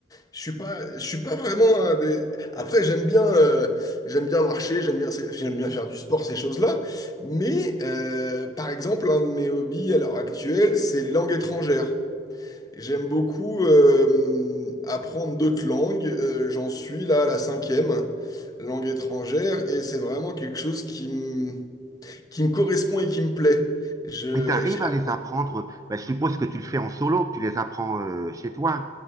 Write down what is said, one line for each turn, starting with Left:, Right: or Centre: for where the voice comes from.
Left: Je suis pas, je suis pas vraiment un des. Après, j'aime bien, euh, j'aime bien marcher, j'aime bien, ces- j'aime bien faire du sport, ces choses-là. Mais euh, par exemple, un de mes hobbies à l'heure actuelle, c'est les langues étrangères. J'aime beaucoup euh, apprendre d'autres langues. Euh, j'en suis là à la cinquième langue étrangère et c'est vraiment quelque chose qui me, qui me correspond et qui me plaît. Je,
Right: Et tu arrives
Left: j'ai,
Right: à
Left: appris-
Right: les apprendre, ben, je suppose que tu le fais en solo, que tu les apprends euh, chez toi.